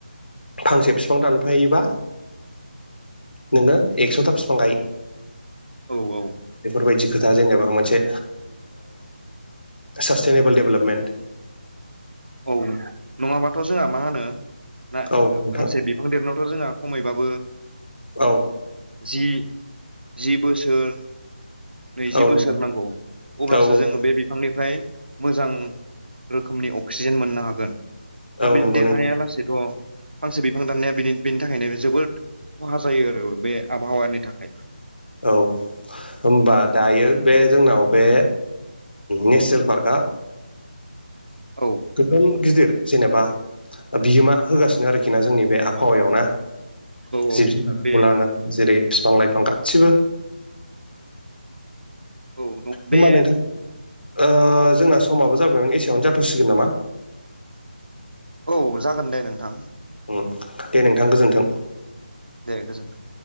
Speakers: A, on the left; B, on the right.
A: फांसे बिफां दानफायोबा नोङो एकस'था बिफां गाय
B: औ औ
A: बेफोरबायदि खोथा जेनेबा मोनसे सासटेननेबोल देभेलपमेन्ट
B: औ नङाबाथ' जोंहा मा होनो ना
A: औ नोंथां
B: फांसे बि थांदेरनायावथ' जोंहा खमायबाबो
A: औ
B: जि जि बोसोर नैजि
A: औ
B: बोसोर
A: नोंथां
B: नांगौ अब्लासो
A: औ
B: जोङो बे बिफांनिफ्राय मोजां रोखोमनि अक्सिजेन मोननो हागोन
A: औ
B: दा
A: औ
B: बिदिनो
A: नंगौ
B: देरनायाया
A: नोंथां
B: लासेैथ' फांसे बिफां दाननाया बे बेनि थाखायनो जोबोद खहा जायो आरो बे आबहावानि थाखाय
A: औ होनोमबा दायो बे जोंनाव बे नेसनेल पार्कआ
B: औ
A: गोबां गिदिर जेनेबा बिहोमा होगासिनो आरोखि ना जोंनि बे आबहावायाव ना
B: औ
A: जिब
B: औ
A: जुनारखौ
B: बे
A: लानानै जेरै फिफां लाइफां गासिबो
B: औ
A: होमबा
B: बे
A: नोंथां ओ जोंना समाबो जाबाय मोन एसेयावनो जाथ'सिगोन नामा?
B: औ जागोन दे नोंथां
A: उम दे नोंथां गोजोन्थों
B: दे गोजोन्थों